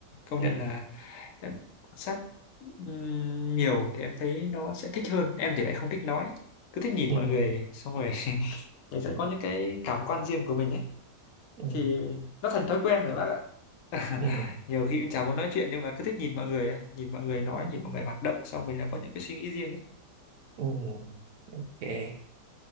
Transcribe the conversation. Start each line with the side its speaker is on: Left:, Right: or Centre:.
Left: công
Right: ừ
Left: nhận là Nên sách ừm, nhiều thì em thấy nó sẽ thích hơn em thì lại không thích nói cứ thích nhìn
Right: ừ
Left: mọi người xong rồi <laughs> mình sẽ
Right: ừ
Left: có những cái cảm quan riêng của mình ấy
Right: ừ
Left: thì nó thành thói quen rồi bác ạ
Right: ừ
Left: <laughs> nhiều khi cũng chả muốn nói chuyện nhưng mà cứ thích nhìn mọi người á. nhìn mọi người nói
Right: ừ
Left: nhìn mọi người hoạt động xong mình là có những cái suy nghĩ riêng ấy
Right: ừ. ok